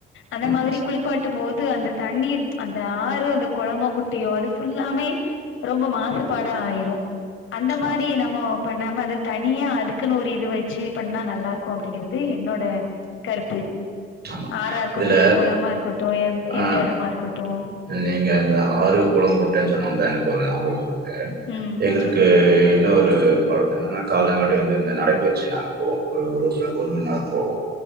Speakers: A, on the left; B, on the right.
A: அந்த
B: ம்,
A: மாரி குளிப்பாட்டும் போது அந்த தண்ணீர் அந்த ஆறு அந்த குளமோ குட்டியோ அது ஃபுல்லாமே ரொம்ப மாசு பட ஆயிரோ அந்த மாரி
B: ஆமா,
A: நம்மோ பண்ணாம அத தனியா அதுக்குன்னு ஒரு இது வெச்சு பண்ணா நல்லா இருக்கும் அப்டிங்கறது என்னோட கருத்து
B: ஆமா
A: ஆறா இருக்கட்டு
B: இதுல
A: இல்ல குளமா இருக்கட்டு எ
B: அஹ்
A: எந்த இடமா இருக்கட்டு
B: நீங்க இந்த ஆறு கொள குட்டேன்னு சொன்னோவு தா எனக்கு ஒரு ஞா பகோ
A: ம்
B: எங்களுக்கு
A: சொ
B: இன்ன ஒரு ரு பழக்க என்னனா காலைலங்காட்டி வந்து இந்த நடைபயிற்சி நாங்க போவோ உம் ஒரு மண் நேர போவோ